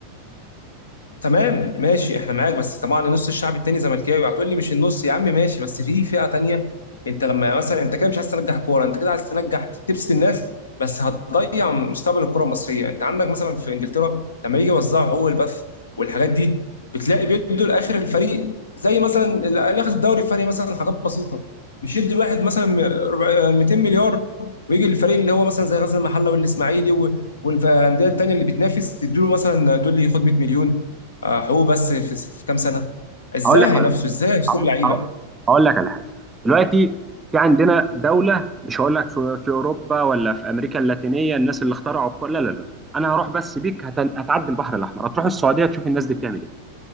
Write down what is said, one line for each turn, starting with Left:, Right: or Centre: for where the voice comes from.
Left: تمام ماشي احنا معاك بس طبعا نص الشعب التاني زملكاوي هتقول لي مش النص يا عم ماشي بس في فئة تانية انت لما مثلا انت كده مش عايز تنجح كورة انت كده عايز تنجح تبسط الناس بس هتضيع مستقبل الكرة المصرية انت عندك مثلا في انجلترا لما يجي يوزعوا هو البث والحاجات دي بتلاقي بيدوا لاخر الفريق زي مثلا اللي اخذ الدوري الفريق مثلا حاجات بسيطة مش يدي الواحد مثلا ربع- 200 مليار ويجي الفريق اللي هو مثلا زي غزل المحله والاسماعيلي و- والانديه التانيه اللي بتنافس تديله مثلا تقول لي خد 100 مليون آه، هو بس في في كام سنه ازاي
Right: هقول لك
Left: هينافسوا
Right: على
Left: ازاي هيشتري
Right: هقول
Left: لعيبه
Right: هقول هقول لك على حاجه دلوقتي في عندنا دوله مش هقول لك في, في اوروبا ولا في امريكا اللاتينيه الناس اللي اخترعوا الكل لا لا لا انا هروح بس بيك هتن- هتعدي البحر الاحمر هتروح السعوديه تشوف الناس دي بتعمل ايه